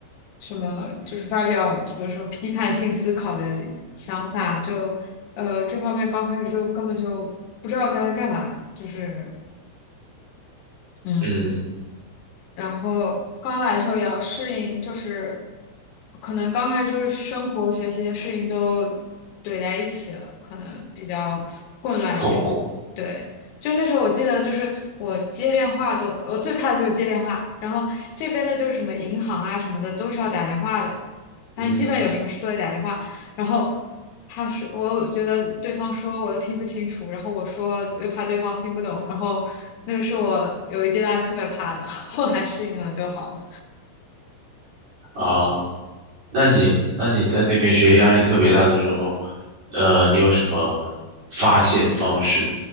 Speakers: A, on the left; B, on the right.
A: 什么，就是发表，比如说批判性思考的想法，就呃这方面刚开始就根本就不知道该干嘛，就是嗯。
B: 嗯，
A: 然后刚来的时候也要适应，就是可能刚开始就是生活、学习的事情都怼在一起了，可能比较混乱一点。
B: 痛苦，
A: 对，就那时候我记得，就是我接电话都，我最怕的就是接电话。然后这边的就是什么银行啊什么的，都是要打电话的，反正基本有什么事都得打电话。
B: 嗯
A: 然后他是我觉得对方说我又听不清楚，然后我说又怕对方听不懂，然后那个是我有一阶段特别怕的，<laughs> 后来适应了就好了，
B: 啊。那你那你在那边学业压力特别大的时候，呃，你有什么发泄的方式？